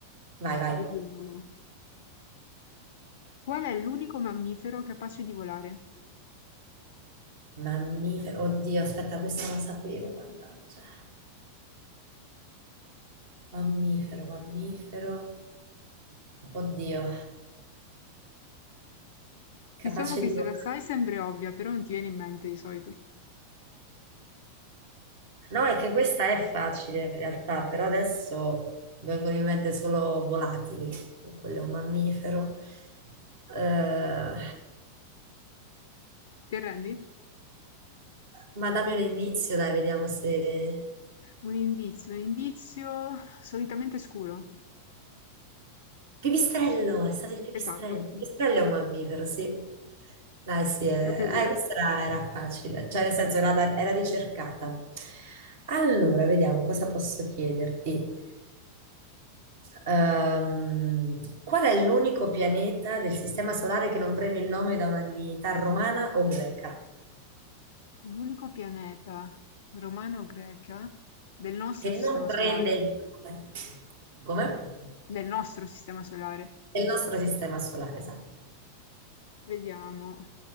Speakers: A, on the right; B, on the left.
A: vai, vai.
B: Vediamo. Qual è l'unico mammifero capace di volare?
A: Mammifero, oddio, aspetta, questa la sapevo, mannaggia. Mammifero, mammifero. Oddio,
B: Diciamo
A: capace
B: che
A: di
B: se
A: volare.
B: la sai sembra ovvia, però non ti viene in mente di solito.
A: No, è che questa è facile in realtà, però adesso vengono in mente solo volatili. Quello è un mammifero. Eh,
B: Ti arrendi?
A: ma dammi un indizio, dai, vediamo se...
B: Un indizio, un indizio solitamente scuro.
A: Pipistrello, è stato il pipistrello.
B: Esatto,
A: Il pipistrello è un mammifero, sì. Dai, sì, eh,
B: proprio lui.
A: eh, questa era, era facile, cioè nel senso era, da- era ricercata. Allora, vediamo cosa posso chiederti. Ehm, qual è l'unico pianeta del Sistema Solare che non prende il nome da una divinità romana o greca?
B: L'unico pianeta romano-greca del nostro
A: Che
B: sistema
A: non prende
B: solare.
A: il nome. Come?
B: del nostro sistema solare.
A: Del nostro Sistema Solare, esatto.
B: Vediamo.